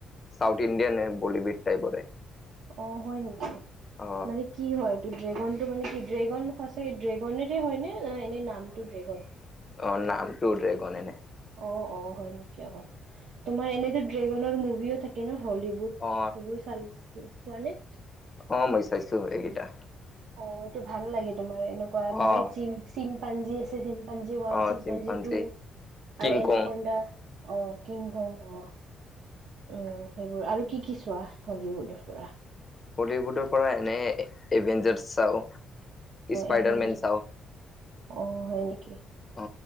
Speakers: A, on the left; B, on the right.
A: South ইণ্ডিয়ানে Bollywood টাইপৰে।
B: অ হয় নেকি,
A: অ
B: মানে কি হয় এইটো ড্ৰেগন টো মানে কি ড্ৰেগন সচাকে ড্ৰেগনে হয়নে নে এনেই নামটো ড্ৰেগন।
A: অঁ নামটো ড্ৰেগন এনে।
B: অ অ হয় নেকি অ, তোমাৰ এনেতো ড্ৰেগনৰ মুভিও থাকে ন হলিউড।
A: অ
B: সেইবোৰ চাল চোৱা নে?
A: অঁ মই চাইছো এইকেইটা।
B: অ এইটো ভাল লাগে তোমাৰ এনেকুৱা তোমাৰ
A: অ
B: এই চিম চিম পাঞ্জী আছে। চিনপাঞ্জি ওৱান,
A: অ
B: চিনপঞ্জি
A: চিম্পাঞ্জী
B: টু
A: কিং
B: আৰু এনাকমডা
A: কং
B: অঁ কিং কং আঁহ উম সেইবোৰ, আৰু কি কি চোৱা হলিউডৰ পৰা?
A: হলিউডৰ পৰা এনে এভেঞ্জাৰ চাও। স্পাইডাৰ
B: এভেঞ্জাৰ
A: মেন চাও
B: অ হয় নেকি,
A: অ